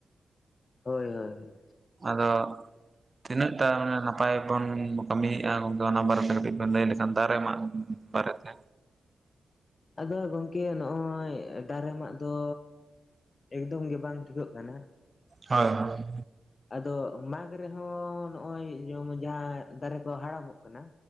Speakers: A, on the left; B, on the right.
A: ᱦᱳᱭ-ᱦᱳᱭ
B: ᱟᱫᱚ ᱛᱤᱱᱟᱹᱜ ᱴᱟ ᱢᱟᱱᱮ ᱱᱟᱯᱟᱭ ᱵᱚᱱ ᱠᱟᱹᱢᱤᱭᱮᱫᱼᱟ ᱜᱚᱢᱠᱮ ᱚᱱᱟ ᱵᱟᱨᱮᱛᱮ ᱠᱟᱹᱴᱤᱡ ᱵᱤᱱ ᱞᱟᱹᱭ ᱞᱮᱠᱷᱟᱱ ᱫᱟᱨᱮ ᱢᱟᱜ ᱵᱟᱨᱮᱛᱮ
A: ᱟᱫᱚ ᱜᱚᱝᱠᱮ ᱱᱚᱜᱼᱚᱭ ᱫᱟᱨᱮ ᱢᱟᱜ ᱫᱚᱻ ᱮᱠᱫᱚᱢ ᱜᱮ ᱵᱟᱝ ᱴᱷᱤᱠᱚᱹᱜ ᱠᱟᱱᱟ᱾
B: ᱦᱚᱭ-ᱦᱚᱭ
A: ᱟᱫᱚ ᱢᱟᱜᱽ ᱨᱮᱦᱚᱸ ᱱᱚᱜᱼᱚᱭ ᱡᱮᱢᱚᱱ ᱡᱟᱦᱟᱸ ᱫᱟᱨᱮ ᱠᱚ ᱦᱟᱲᱟᱢᱚᱜ ᱠᱟᱱᱟ